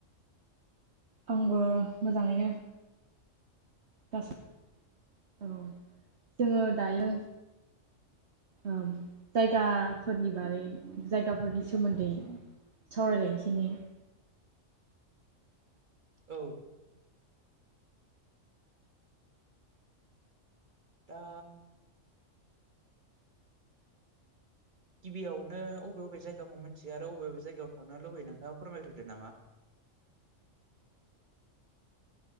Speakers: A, on the right (about 60°); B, on the right (about 40°).
A: आंबो मोजाङैनो <unintelligible> औ जोङो दायो ओ जायगाफोरनि बारै जायगाफोरनि सोमोन्दै सावरायलायनोसै ने?
B: औ दा गिबियावनो बबे बबे जायगाखौ मिन्थियो आरो बबे बबे जायगायाव थांनो लुगैयो नोंथाङा फोरमायग्रोदो नामा?